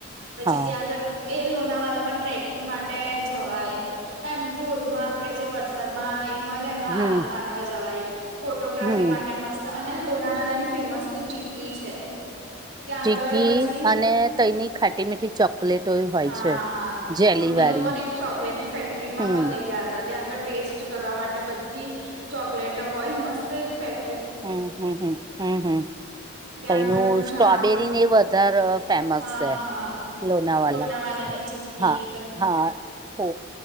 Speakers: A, on the right; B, on the right.
A: પછી
B: હા
A: ત્યાં આગળ એ લોનાવાલામાં ટ્રેકિંગ માટ ટે જવાય. એમ ધોધમાં આપે જે વરસાદમાં એ મલે એમાં
B: હમ
A: આનંદ માનવા જવાય. ફોટો ગ્રાફી
B: હમ
A: માટે મસ્ત અને લોનાવાલા ની ફેમસત ચીકી છે. ત્યાં
B: ચીકી
A: આગળ પછી
B: અને તેની ખાટી મીઠી ચોકલેટો હોય
A: હા
B: છે.
A: હા
B: જેલી
A: અમને
B: વાળી
A: લોકોને એક ચોકલેટ ની ફેક્ટરીમાં
B: હમ
A: પણ લઈ ગયા હતા ત્યાં આગળ ટેસ્ટ કરવા માટે બધી ચોકલેટો હોય મસ્ત એક ફેક
B: હમ્મ, હમ્મ, હમ્મ, હમ્મ, હમ્મ.
A: ત્યાં
B: કઈનું
A: આગળનું
B: સ્ટ્રોબેરીને
A: જામ બધ
B: એ વધારે ફેમસ
A: હા
B: છે.
A: હા
B: લોનાવાલા
A: લોનાવાલાની ચીકી
B: હા હા ઓ